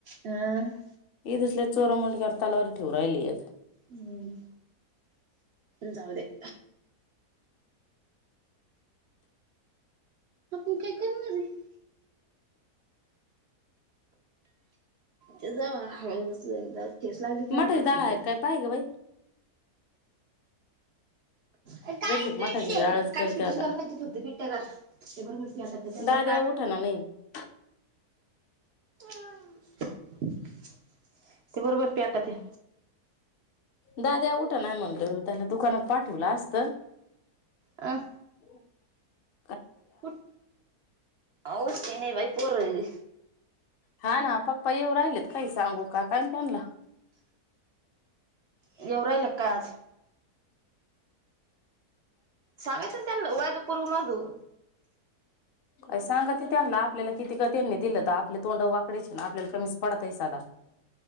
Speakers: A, on the right; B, on the left.
A: आ..
B: ये दिसल्या चोरा मूंडक्यावर तलवार ठेवू राहिलीयत.
A: हम् जाऊ दे तू काय करणारये ते जाव ह ठेस लागली
B: मठाची
A: मला
B: डाळ
A: सुद्धा.
B: आहे काय ग बाई.
A: काळीच
B: जरशी
A: पेटी
B: मठाशी
A: दे
B: जाळच
A: काळीच
B: करते
A: पेटीची
B: आता,
A: गरज नाही तू फक्त पिट्ट्या कर ते बरोबर पेटत त्याच्यावर
B: दाद्या उठाना नाही? ह <unintelligible>
A: हम <inaudible> ते बरोबर प्या आता ते.
B: दाद्या उठं नाही म्हणलं त्याला दुकानात पाठवलं असत.
A: अ
B: हम् <unintelligible>
A: कुठं, आव उठती नाही बाई पोरनी.
B: हा ना, पप्पा येऊ राहिलेत काय? काही सांगू का काय त्यानं ला
A: येऊ राहिल काय आज? सांगायचं ना त्याना वाज पुरु <unintelligible>
B: काय सांगा की त्यांना आपल्याला किती का त्यांनी दिलं तर आपले तोंड वाकडीच आपल्याला कमीच पडतय सदा.